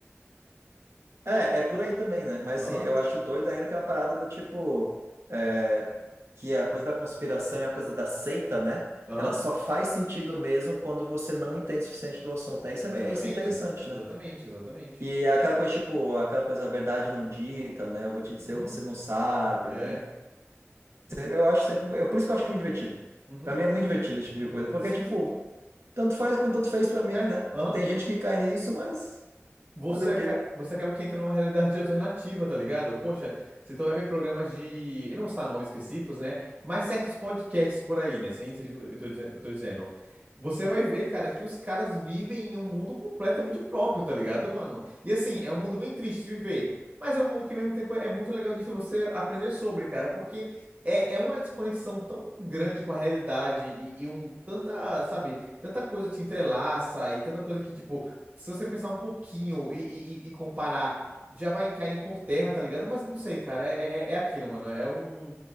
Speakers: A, on the right; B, on the right.
A: É, é por aí também, né? Mas
B: Aham.
A: assim, eu acho doido ainda aquela parada do tipo, é, que a coisa da conspiração e a coisa da seita, né?
B: Aham,
A: Ela só faz sentido mesmo quando você não entende o suficiente do assunto. Aí Isso é,
B: exatamente,
A: meio- isso é interessante,
B: exatamente,
A: né?
B: exatamente.
A: E é aquela coisa, tipo, aquela coisa, a verdade não dita, né? Eu vou te dizer
B: Uhum,
A: o que você não sabe,
B: é,
A: né?
B: é.
A: Eu acho sempre. Eu, por isso que eu acho muito divertido.
B: uhum,
A: Pra mim é muito divertido esse tipo de coisa, porque,
B: sim,
A: tipo,
B: sim,
A: tanto faz quanto tanto fez pra mim,
B: é,
A: né?
B: aham.
A: Tem gente que cai nisso, mas
B: você,
A: fazer o
B: aca-
A: quê?
B: você acaba que entra numa realidade alternativa, tá ligado? Poxa, você então vai ver programas de. Eu não vou citar nomes específicos, né? Mas certos podcasts por aí, né? Você entende o que eu tô, eu tô dizen- o que eu tô dizendo? Você vai ver, cara, que os caras vivem em um mundo completamente próprio, tá ligado, mano? E assim, é um mundo bem triste de viver. Mas é um mundo que, ao mesmo tempo, é muito legal de você aprender sobre, cara, porque é, é uma desconexão tão grande com a realidade e, e um, tanta, sabe, tanta coisa que se entrelaça e tanta coisa que, tipo, se você pensar um pouquinho e, e- e- comparar, já vai cair por terra, tá ligado? Mas não sei, cara, é, é, é aquilo, mano. É um.